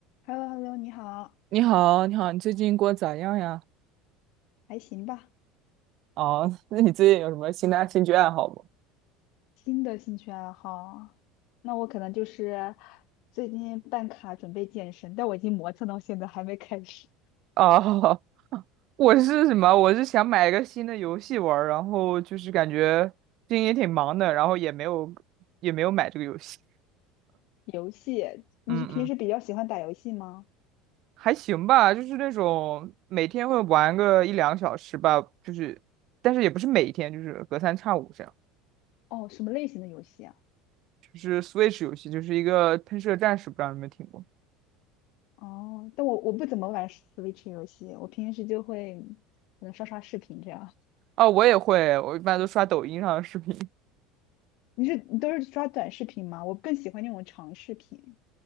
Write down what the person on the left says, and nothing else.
h e l l o h e l l o 你好，
还行吧？
新的兴趣爱好，那我可能就是最近办卡准备健身，但我已经磨蹭到现在还没开始。
游戏，你是平时比较喜欢打游戏吗？
哦，什么类型的游戏啊？
哦，但我我不怎么玩 Switch 游戏，我平时就会可能刷刷视频这样。
你是你都是刷短视频吗？我更喜欢那种长视频。